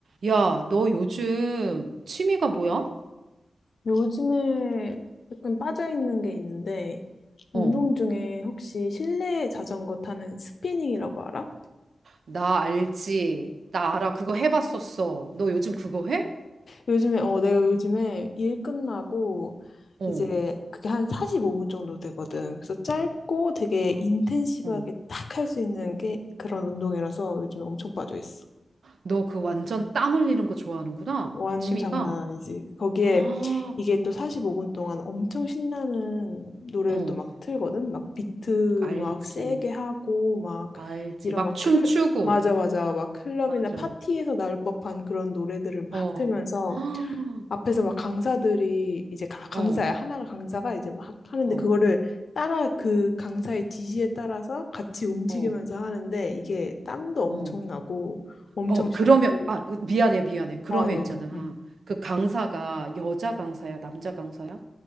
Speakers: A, on the right; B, on the left.
A: 야, 너 요즘 취미가 뭐야?
B: 요즘에 약간 빠져있는 게 있는데, 운동
A: 어.
B: 중에 혹시 실내 자전거 타는 스피닝이라고 알아?
A: 나 알지. 나 알아. 그거 해봤었어. 너 요즘 그거 해?
B: 요즘에, 어, 내가 요즘에 일 끝나고,
A: 어.
B: 이제 그게 한 45분 정도 되거든. 그래서 짧고 되게
A: 아,
B: 인텐시브하게
A: 어.
B: 딱 할 수 있는 게 그런 운동이라서 요즘에 엄청 빠져있어.
A: 너 그 완전 땀 흘리는 거 좋아하는구나.
B: 완전
A: 취미가.
B: 장난 아니지. 거기에
A: 아,
B: 이게 또 45분 동안 엄청 신나는 노래를
A: 어.
B: 또 막 틀거든. 막 비트
A: 알지.
B: 막 세게 하고 막
A: 알지.
B: 이런
A: 막
B: 막
A: 춤추고.
B: 클, 맞아 맞아. 막 클럽이나
A: 맞아.
B: 파티에서 나올 법한 그런 노래들을 막
A: 어.
B: 틀면서
A: 아,
B: 앞에서 막 강사들이 이제 가- 강사야.
A: 어.
B: 하나가 강사가 이제 막 하는데
A: 어.
B: 그거를 따라 그 강사의 지시에 따라서 같이 움직이면서
A: 어.
B: 하는데 이게 땀도 엄청
A: 어.
B: 나고 엄청
A: 어.
B: 신나고
A: 그러면, 아, 미안해, 미안해. 그러면
B: 어 아니
A: 있잖아.
B: 아니요
A: 그 강사가 여자 강사야, 남자 강사야?